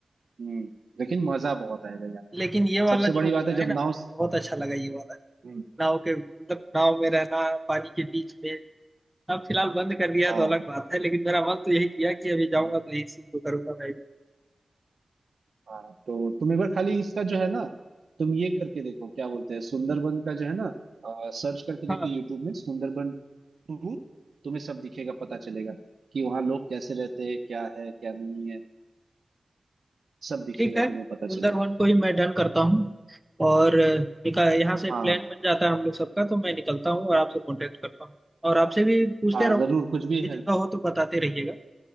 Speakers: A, on the right (about 70°); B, in the centre.
A: हम्म लेकिन मजा बहुत आएगा यार
B: लेकिन ये वाला
A: सबसे बड़ी
B: जो बताए
A: बात है जब
B: ना आप
A: नाव
B: बहुत अच्छा लगा ये वाला
A: हम्म
B: नाव के मतलब नाव में रहना पानी के बीच में अब फिलहाल बंद कर दिया
A: हाँ
B: है तो अलग बात है लेकिन मेरा मन तो यही किया कि अभी
A: हाँ।
B: जाऊंगा तो यही सीन को करूंगा मैं
A: हाँ तो तुम एक बार खाली इसका जो है ना तुम ये करके देखो क्या बोलते हैं सुंदरबन का जो है ना सर्च करके देखो
B: हाँ
A: यूट्यूब में सुंदरबन टूर तुम्हें सब दिखेगा पता चलेगा कि वहाँ लोग कैसे रहते हैं क्या है क्या नहीं है सब दिखेगा
B: ठीक है
A: तुम्हें
B: कुंदर
A: पता चलेगा
B: वन को ही मैं डन करता हूँ और अ, निकाल यहाँ से प्लान
A: हाँ
B: बन जाता है हम लोग सबका तो मैं निकलता हूँ और आपसे कांटेक्ट करता हूँ और आपसे भी पूछते
A: हाँ
B: रहूँ
A: जरूर कुछ भी
B: ये
A: हेल्प
B: जगह हो तो बताते रहिएगा